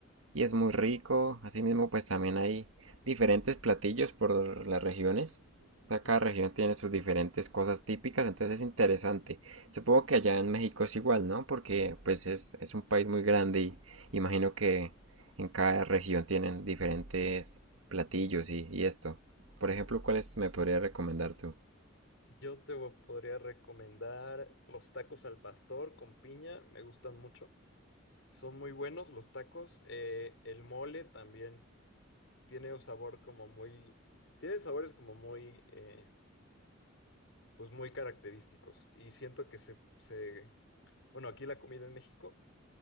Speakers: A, on the right; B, on the left.
A: y es muy rico. Asimismo, pues también hay diferentes platillos por las regiones. O sea,
B: Sí,
A: cada región tiene sus diferentes cosas típicas, entonces es interesante. Supongo que allá en México es igual, ¿no? Porque pues es, es un país muy grande y imagino que en cada región tienen diferentes platillos y, y esto. Por ejemplo, ¿cuáles me podría recomendar tú?
B: yo te vo- podría recomendar los tacos al pastor con piña, me gustan mucho. Son muy buenos los tacos. eh, el mole también tiene un sabor como muy, tiene sabores como muy, eh, pues muy característicos. Y siento que se, se Bueno, aquí la comida en México,